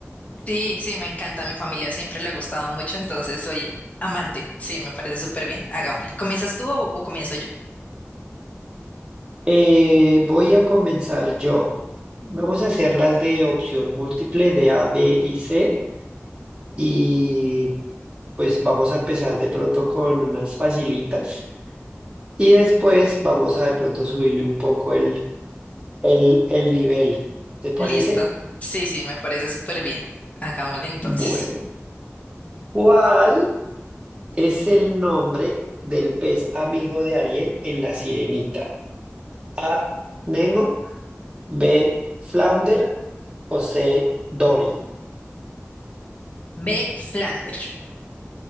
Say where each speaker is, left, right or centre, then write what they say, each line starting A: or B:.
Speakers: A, on the left (about 30°); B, on the right (about 20°).
A: Sí, sí, me encanta, a mi familia siempre le ha gustado mucho, entonces soy amante, sí, me parece súper bien, hagámosle. ¿Comienzas tú o, o comienzo yo?
B: Eh, voy a comenzar yo. Vamos a hacerlas de opción múltiple de A, B y C y pues vamos a empezar de pronto con unas facilitas y después vamos a de pronto subirle un poco el, el, el nivel. ¿Te parece?
A: Listo, sí, sí, me parece súper bien, hagámosle entonces.
B: Bueno, ¿cuál? Es el nombre del pez amigo de Ariel en La Sirenita. A, Nemo, B, Flounder o C, Dory.
A: B. Flander.